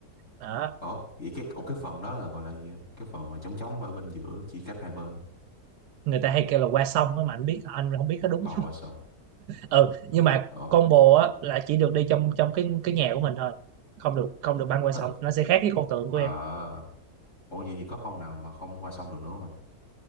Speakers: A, on the right; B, on the left.
A: đó
B: Ồ vậy cái ủa cái phần đó là gọi là gì anh? Cái phần mà trống trống ở bên giữa chia cách hai bên.
A: người ta hay kêu là qua sông á mà anh biết anh không biết có đúng
B: Ờ qua sông.
A: ừ nhưng mà
B: Ờ
A: combo á là chỉ được đi trong trong cái cái nhà của mình thôi không được không được băng qua
B: tức
A: sông nó sẽ khác với con tượng của
B: ờ
A: em
B: ủa vậy thì có con nào mà không qua sông được nữa không anh?